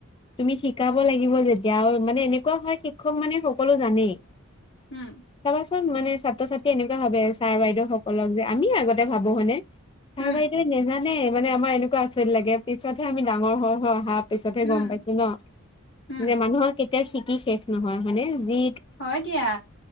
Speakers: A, on the left; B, on the left.
A: তুমি শিকাব লাগিব যেতিয়া আৰু মানে এনেকুৱা হয়, শিক্ষক মানে সকলো জানেই।
B: উম।
A: চাবাচোন, মানে ছাত্ৰ-ছাত্ৰীয়ে এনেকুৱা ভাবে ছাৰ-বাইদেউ সকলক যে আমি আগতে ভাবো হয় নে? চাৰ-বাইদেৱে
B: উম
A: নাজানে, মানে আমাৰ এনেকুৱা আচৰিত লাগে। পিছতহে আমি ডাঙৰ হৈ হৈ অহাত পিছতহে গম
B: উম
A: পাইছো ন',
B: উম
A: যে মানুহৰ কেতিয়াও শিকি শেষ নহয় হয় নে? যি
B: হয় দিয়া।